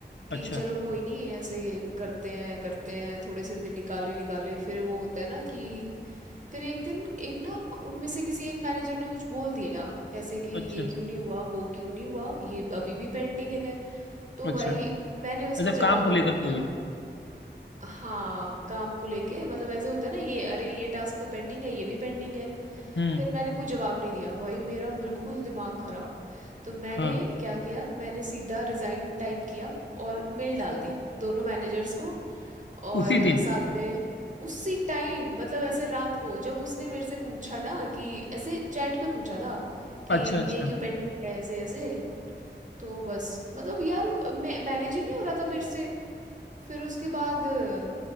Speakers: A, on the left (about 80°); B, on the right (about 40°).
A: अच्छा
B: कि चलो कोई नहीं ऐसे करते हैं करते हैं थोड़े से दिन निकाले निकाले फिर वो होता है ना कि फिर एक दिन एक ना उनमें से किसी एक मैनेजर ने कुछ बोल दिया ऐसे कि ये
A: अच्छा
B: क्यों नहीं हुआ वो क्यों नहीं हुआ ये अभी भी पेंडिंग है तो
A: अच्छा
B: भाई मैंने उसका
A: अच्छा काम
B: जवाब
A: को लेकर
B: ही नहीं दिया
A: कोई
B: हाँ काम को लेके मतलब ऐसे होता है ना ये अरे ये टास्क तो पेंडिंग है ये भी पेंडिंग है
A: हम्म
B: फिर मैंने कोई जवाब नहीं दिया भाई मेरा बिल्कुल दिमाग खराब तो मैंने
A: हाँ
B: क्या किया मैंने सीधा रिजाइन टाइप किया और मेल डाल दी दोनों मैनेजर्स को और
A: उसी दिन
B: साथ में उसी टाइम मतलब ऐसे रात को जब उसने मेरे से पूछा ना कि ऐसे चैट पे पूछा था कि
A: अच्छा
B: ये
A: अच्छा
B: क्यों पेंडिंग है ऐसे ऐसे तो बस मतलब यार मैनेज ही नहीं हो रहा था मेरे से फिर उसके बाद अ,